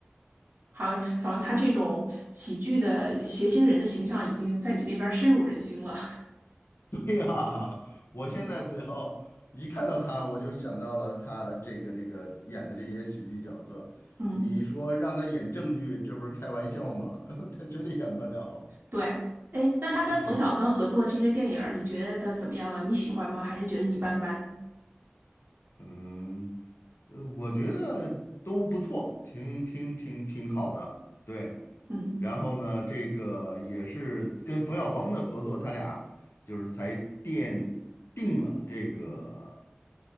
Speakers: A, on the right (about 55°); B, on the left (about 80°).
A: 好像好像他这种喜剧的谐星人的形象已经在你那边深入人心了，
B: 对呀，我现在只要一看到他，我就想到了他这个这个演的这些喜剧角色。
A: <laughs> 嗯，
B: 你说让他演正剧，这不是开玩笑吗？<laughs> 他绝对演不了。
A: 对，哎，那他跟冯小刚合作这些电影儿你觉得他怎么样啊？
B: 嗯。
A: 你喜欢吗？还是觉得一般般？
B: 嗯，呃，我觉得都不错，挺挺挺挺好的，对。
A: 嗯，
B: 然后呢，这个也是跟冯小刚的合作，他俩就是才奠定了这个